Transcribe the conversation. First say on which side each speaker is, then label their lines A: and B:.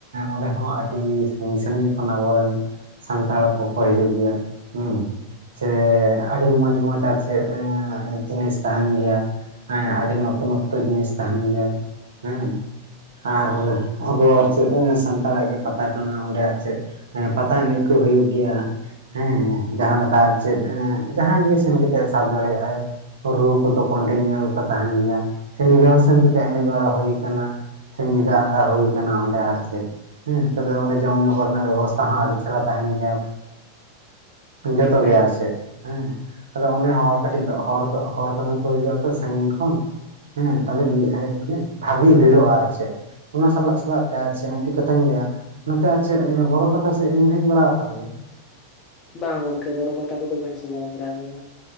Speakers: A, on the right; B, on the left.
A: ᱚᱸᱰᱮ ᱦᱚᱸ ᱟᱹᱰᱤ ᱟᱹᱰᱤ ᱥᱟᱹᱜᱤᱧ ᱥᱟᱹᱜᱤᱧ ᱠᱷᱚᱱ ᱟᱵᱚ ᱨᱮᱱ ᱥᱟᱱᱛᱟᱲ ᱠᱚᱠᱚ ᱦᱤᱡᱩᱜ ᱜᱮᱭᱟ ᱦᱮᱸ ᱥᱮ ᱟᱹᱰᱤ ᱢᱚᱸᱡᱽ ᱢᱚᱸᱡᱽ ᱟᱨ ᱪᱮᱫ ᱡᱤᱱᱤᱥ ᱛᱟᱦᱮᱱ ᱜᱮᱭᱟ ᱦᱮᱸ ᱟᱹᱰᱤ ᱱᱚᱛᱩᱱᱚᱛᱛᱚ ᱡᱤᱱᱤᱥ ᱛᱟᱦᱮᱱ ᱜᱮᱭᱟ ᱦᱮᱸ ᱟᱨ ᱟᱵᱚᱣᱟᱜ ᱟᱨ ᱪᱮᱫ ᱥᱟᱱᱛᱟᱲᱟᱜ ᱜᱮ ᱯᱟᱛᱟ ᱠᱟᱱᱟ ᱚᱸᱰᱮ ᱟᱨ ᱪᱮᱫ ᱯᱟᱛᱟ ᱮᱱᱮᱡ ᱠᱚ ᱦᱩᱭᱩᱜ ᱜᱮᱭᱟ ᱦᱮᱸ ᱡᱟᱦᱟᱸ ᱞᱮᱠᱟ ᱟᱨ ᱪᱮᱫ ᱮ ᱡᱟᱦᱟᱸᱭ ᱜᱮ ᱥᱮᱱ ᱠᱟᱛᱮᱜ ᱮ ᱥᱟᱵ ᱫᱟᱲᱮ-ᱟᱭ ᱨᱩ ᱠᱚᱫᱚ ᱠᱚᱱᱴᱤᱱᱤᱭᱩ ᱠᱚ ᱛᱟᱦᱮᱱ ᱜᱮᱭᱟ ᱥᱮ ᱱᱤᱡᱮ ᱦᱚᱸ ᱥᱮᱱ ᱠᱟᱛᱮᱫ ᱮᱱᱮᱡ ᱵᱟᱲᱟ ᱦᱩᱭ ᱠᱟᱱᱟ ᱥᱮ ᱧᱤᱫᱟᱹ ᱟᱸᱜᱟ ᱦᱩᱭ ᱠᱟᱱᱟ ᱚᱸᱰᱮ ᱟᱨ ᱪᱮᱫ ᱦᱮᱸ ᱛᱚᱵᱮ ᱚᱸᱰᱮ ᱡᱚᱢ ᱧᱩ ᱠᱚᱨᱮᱱᱟᱜ ᱵᱮᱵᱚᱥᱛᱟ ᱦᱚᱸ ᱟᱹᱰᱤ ᱪᱮᱦᱨᱟ ᱛᱟᱦᱮᱱ ᱜᱮᱭᱟ ᱡᱚᱛᱚᱜᱮ
B: ᱦᱮᱸ
A: ᱟᱨ ᱪᱮᱫ ᱦᱮᱸ ᱟᱫᱚ ᱚᱱᱮ ᱦᱚᱲ
B: ᱟᱪᱪᱷᱟ
A: ᱠᱟᱹᱴᱤᱡ ᱦᱚᱲ ᱫᱚ ᱦᱚᱲ ᱫᱚ ᱠᱚ ᱦᱤᱡᱩᱜ ᱟ ᱛᱚ ᱥᱟᱹᱜᱤᱧ ᱠᱷᱚᱱ ᱦᱮᱸ ᱛᱟᱞᱦᱮ ᱵᱷᱟᱜᱤ ᱵᱷᱤᱲᱚᱜᱼᱟ ᱟᱨ ᱪᱮᱫ ᱚᱱᱟ ᱥᱟᱞᱟᱜ ᱥᱟᱞᱟᱜ ᱛᱮ ᱟᱨ ᱪᱮᱫ ᱢᱤᱴᱤᱡ ᱛᱚ ᱭᱟ ᱱᱚᱛᱮ ᱟᱨ ᱪᱮᱫ ᱵᱚᱨᱚ ᱯᱟᱛᱟ ᱥᱮᱫ ᱮᱢ ᱦᱮᱡ ᱵᱟᱲᱟ ᱠᱟᱱ ᱜᱮᱭᱟ?
B: ᱵᱟᱝ ᱜᱚᱢᱠᱮ ᱵᱚᱨᱚ ᱯᱟᱛᱟ ᱠᱚᱫᱚ ᱵᱟᱹᱧ ᱪᱟᱞᱟᱣ ᱵᱟᱲᱟ ᱠᱟᱱᱟ